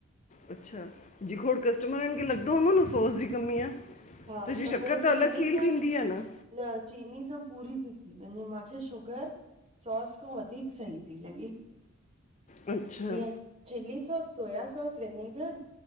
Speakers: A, on the left; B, on the right.
A: अच्छा, जे खोड़ कस्टमरन खे लॻदो हूंदो न सॉस जी कमी आ?
B: हा
A: त जीअ, शक्कर
B: पो
A: त
B: चीनी
A: अलग फील
B: सां
A: थींदी आ न।
B: न चीनी सां पूरी ती थी वञे, माखे शुगर सॉस खों वधीक सही थी लॻे।
A: अच्छा।
B: जीअं chilli sauce, soya sauce, vinegar